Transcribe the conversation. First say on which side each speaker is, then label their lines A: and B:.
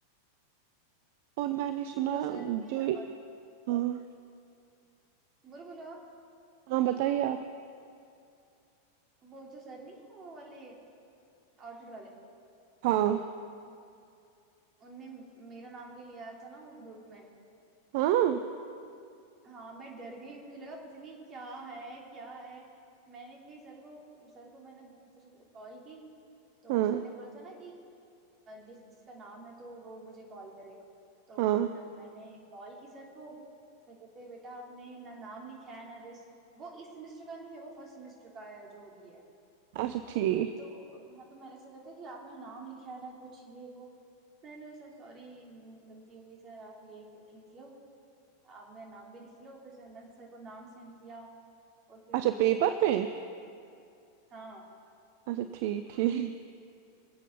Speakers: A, on the right; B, on the right.
A: اور میں نے
B: ہ
A: سنا
B: وہ سر نہیں ہے
A: جو
B: اور
A: ہاں <unintelligible>
B: گول بولو
A: ہاں بتائیے آپ
B: وہچو سر نہیں وہ والے آرچڈ والے
A: ہاں
B: ان نے میرا نام بھی لیا تھا نا وہ گروپ میں
A: ہاں
B: ہاں میں ڈر گئی ہ مجھے لگا کھ نہیں کیا ہے کیا ہے میں نے پھر سر کو سر کو میں نےپھر کال کی تو
A: ہاں
B: سر نے بولا تھا نا جس جس کا نام ہے تو وہ مجھے کال کرے تو
A: ہاں
B: پھر میں نے کال کی سر کو س کہتے بیٹا آپ نے نہ نام لکھا ہے نہ لسٹ وہ اس سمسٹر کا نہیں ہے وہ فسٹ سمسٹر کا ہے جو بھی ہے
A: اچھا ٹھیک
B: تو ہاں تو میرے سے کہتے کہ آپ نے نام لکھا ہے نا کچھ یہ وہ پہلے سر سوری غلطی ہو گئی سر آپ یہ لکھ لو آپ میں نام بھی لکھ لو پھر میں نے سر کو نام سینڈ کیا اور پھر رجسٹریشن
A: اچھا پیپر
B: نمبر بھی
A: پہ
B: سینڈ کیا ہاں
A: اچھا ٹھیک ٹھیک